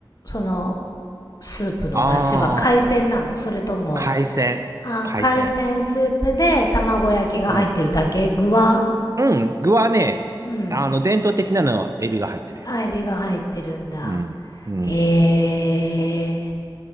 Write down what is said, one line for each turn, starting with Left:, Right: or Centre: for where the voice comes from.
Left: その、スープの出汁は海鮮なのそれとも、
Right: ああ、海鮮。
Left: あー、
Right: 海鮮。
Left: 海鮮スープで卵焼きが入ってるだけ具は
Right: うん。うん。具はね、
Left: うん。
Right: あの、伝統的なのはエビが入ってる、やっぱり。
Left: アイビが入ってるんだ。
Right: うん。うん。
Left: へえ